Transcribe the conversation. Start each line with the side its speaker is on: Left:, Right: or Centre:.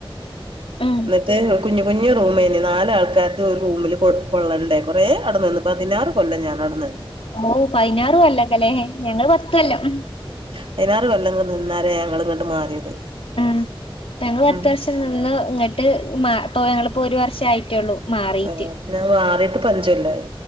Left: ഉം
Right: അ കുഞ്ഞു കുഞ്ഞു റൂമ തന് നാല് ആൾക്കാർക്ക് ഒരു റൂമിൽ കൊ കൊള്ളണ്ടേ കുറേ അവി നിന്ന് പതിനാറ് കൊല്ലം ഞാനവിടെ നിന്ന്
Left: ഓഹ് പതിനാറ കൊല്ലക്ക ല്ലേ ഞങ്ങള് പത്തൊല്ലാം
Right: പയ്നാറ് കൊല്ലങ്ങ് നിന്നാരെ ഞങ്ങള് ഇങ്ങ്ട്ട് മാറിയത്.
Left: ഉം ഞങ്ങള് പത്ത്
Right: ഉം
Left: വർഷം നിന്ന് ഇങ്ങട്ട് മാ ഇപ്പോ ഞങ്ങളിപ്പോ ഒരു വർഷം ആയിട്ടേള്ളൂ. മാറിയിട്ട്.
Right: ആഹ് ഞാൻ മാറീട്ട് പ്പോ അഞ്ച് കൊല്ലായി.